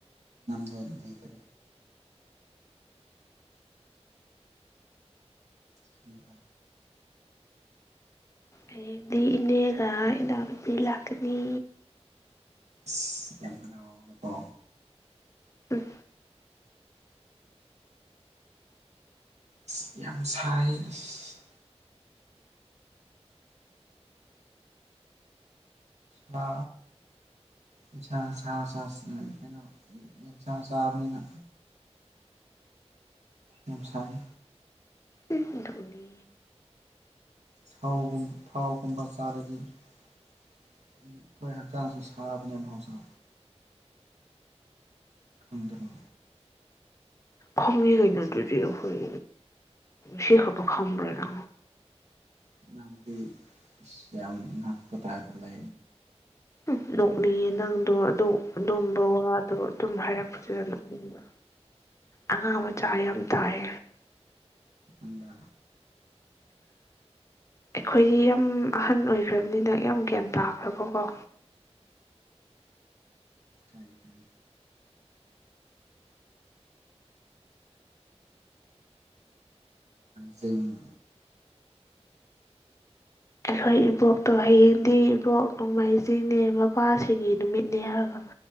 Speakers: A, on the right (about 80°); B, on the left (about 25°).
A: ꯐ ꯂꯩꯩꯇꯦ ꯈꯟ꯭ꯔ
B: ꯑꯦꯗꯤ ꯏꯅꯦꯒ ꯏꯅꯥꯎꯅꯨꯄꯤ ꯂꯥꯛꯀꯅꯤ
A: ꯑꯁ ꯌꯥꯝꯅ ꯄꯣ
B: ꯎꯝ
A: ꯑꯁ ꯌꯥꯝ ꯁꯥꯏ ꯑꯁ ꯁꯥ ꯌꯦꯟꯁꯥꯡ ꯁꯥ ꯀꯩꯅꯣ ꯑꯦꯟꯁꯥꯡ ꯆꯥꯕꯅꯤꯅ ꯃꯦꯝꯁꯔꯦ
B: ꯙꯅꯤ
A: ꯊꯥꯎꯒ ꯊꯥꯎꯒꯨꯝꯕ ꯆꯥꯔꯗꯤ ꯑꯩꯈꯣꯏ ꯍꯛꯆꯥꯡꯁꯤ ꯁꯥꯕꯅꯦ ꯃꯍꯧꯁꯥ ꯈꯪꯗꯔꯣ
B: ꯈꯣꯡꯒꯤ ꯀꯩꯅꯣ ꯑꯗꯨꯗꯤ ꯑꯩꯈꯣꯏ ꯁꯤꯍꯄ ꯈ꯭ꯔꯅ
A: ꯅꯁꯝꯄꯗ ꯍꯥꯏꯕꯂ
B: ꯎ ꯅꯣꯛꯅꯤꯡꯌꯦ ꯅꯪꯗꯣ ꯑꯗꯣ ꯑꯗꯨꯒꯝꯕ ꯋꯥꯗꯣ ꯑꯗꯨꯝ ꯍꯥꯏꯔꯛꯄꯁꯤꯗ ꯑꯗꯨꯝꯅ ꯑꯉꯥꯡ ꯃꯆꯥ ꯌꯥꯝ ꯇꯥꯏ
A: ꯍꯗ
B: ꯑꯩꯈꯣꯏꯗꯤ ꯌꯥꯝ ꯑꯍꯟ ꯑꯣꯏꯈ꯭ꯔꯕꯅꯤꯅ ꯌꯥꯝ ꯒ꯭ꯌꯥꯟ ꯇꯥꯈ꯭ꯔꯕꯀꯣ
A: ꯀꯔꯤ ꯀꯔꯤ ꯖꯤꯝ
B: ꯑꯩꯈꯣꯏ ꯏꯕꯣꯛꯇꯣ ꯍꯌꯦꯡꯗꯤ ꯏꯕꯣꯛ ꯅꯣꯡꯃꯥꯏꯖꯤꯡꯅꯦ ꯃꯄꯥꯜꯁꯤꯡꯒꯤ ꯅꯨꯃꯤꯠꯅꯦ ꯍꯥꯏꯔꯒ